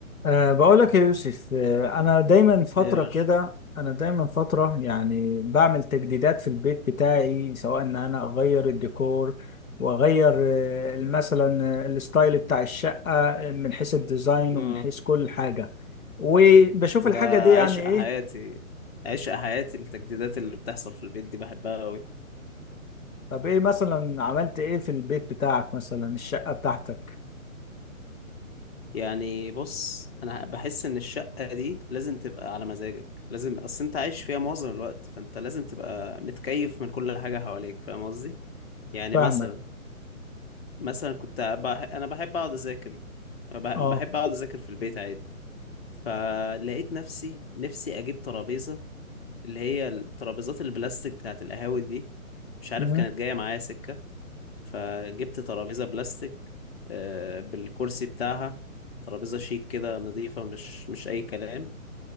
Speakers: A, on the left; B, on the left.
A: أه بقول لك يا يوسف أه أنا دايما فترة
B: إيه يا باشا
A: كده أنا دايما فترة يعني بعمل تجديدات في البيت بتاعي سواء إن أنا أغير الديكور وأغير أه، مثلا أه، الستايل بتاع الشقة أه، من حيث الديزاين
B: اه
A: ومن حيث كل حاجة وبشوف
B: ده
A: الحاجة دي يعني
B: عشق
A: إيه
B: حياتي عشق حياتي التجديدات اللي بتحصل في البيت دي بحبها قوي
A: طب إيه مثلا عملت إيه في البيت بتاعك مثلا الشقة بتاعتك
B: يعني بص انا بحس ان الشقة دي لازم تبقى على مزاجك لازم اصل انت عايش فيها معظم الوقت فانت لازم تبقى متكيف من كل حاجة حواليك فاهم قصدي يعني
A: فاهمك
B: مثلا مثلا كنت بح... انا بحب اقعد اذاكر فبحب
A: أه
B: اقعد اذاكر في البيت عادي فلقيت نفسي نفسي اجيب ترابيزة اللي هي الترابيزات البلاستيك بتاعت القهاوي دي مش عارف
A: مم.
B: كانت جاية معايا سكة فجبت ترابيزة بلاستيك آه، بالكرسي بتاعها ترابيزة شيك كده نظيفة مش مش أي كلام